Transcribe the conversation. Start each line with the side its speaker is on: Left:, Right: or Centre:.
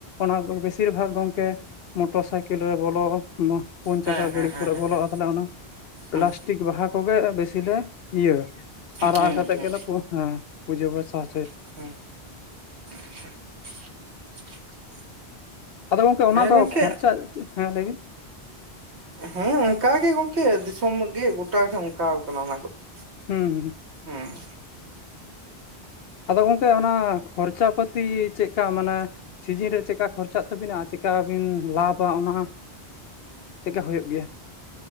Left: ᱚᱱᱟ ᱵᱮᱥᱤᱨ ᱵᱷᱟᱜᱽ ᱜᱚᱢᱠᱮ ᱢᱚᱴᱚᱨ ᱥᱟᱭᱠᱮᱞ ᱨᱮ ᱵᱚᱞᱚ ᱚᱱᱟ ᱯᱩᱱ
Right: ᱦᱮᱸ
Left: ᱪᱟᱠᱟ
Right: ᱦᱮᱸ
Left: ᱜᱟᱹᱰᱤ
Right: ᱦᱮᱸ
Left: ᱵᱚᱞᱚᱜᱼᱟ
Right: ᱦᱮᱸ
Left: ᱛᱟᱦᱚᱞᱮ ᱚᱱᱟ ᱯᱞᱟᱥᱴᱤᱠ
Right: ᱦᱩᱸ
Left: ᱵᱟᱦᱟ ᱠᱚᱜᱮ ᱵᱮᱥᱤ ᱞᱮ ᱤᱭᱟᱹ ᱟᱨᱟᱣ
Right: ᱦᱩᱸ
Left: ᱠᱟᱛᱮᱜ
Right: ᱦᱩᱸ
Left: ᱜᱮᱞᱮ ᱦᱮᱸ ᱯᱩᱡᱟᱹ ᱯᱟᱥᱟ ᱦᱚᱪᱚᱭᱟ ᱾
Right: ᱦᱩᱸ ᱩᱸ ᱦᱩᱸ᱾
Left: ᱟᱫᱚ ᱜᱚᱝᱠᱮ ᱚᱱᱟ
Right: ᱦᱮᱸ
Left: ᱫᱚ
Right: ᱜᱚᱝᱠᱮ
Left: ᱠᱷᱚᱨᱪᱟ ᱦᱮᱸ ᱞᱟᱹᱭ ᱵᱤᱱ
Right: ᱦᱮᱸ ᱚᱱᱠᱟ ᱜᱮ ᱜᱚᱝᱠᱮ ᱫᱤᱥᱚᱢ ᱜᱮ ᱜᱚᱴᱟᱮ ᱚᱱᱠᱟ ᱠᱟᱱᱟ ᱚᱱᱟ ᱠᱚᱫᱚ ᱾
Left: ᱦᱩᱸ ᱦᱩᱸ ᱾
Right: ᱦᱩᱸ᱾
Left: ᱟᱫᱚ ᱜᱚᱝᱠᱮ ᱚᱱᱟ ᱠᱷᱚᱨᱪᱟ ᱯᱟᱹᱛᱤ ᱪᱮᱫᱠᱟ ᱢᱟᱱᱮ ᱥᱤᱡᱤᱱ ᱨᱮ ᱪᱮᱫᱠᱟ ᱠᱷᱚᱨᱪᱟᱜ ᱛᱟᱹᱵᱤᱱᱟ ᱪᱮᱠᱟ ᱵᱤᱱ ᱞᱟᱵᱟ ᱚᱱᱟ ᱪᱮᱫᱠᱟ ᱦᱩᱭᱩᱜ ᱜᱮᱭᱟ?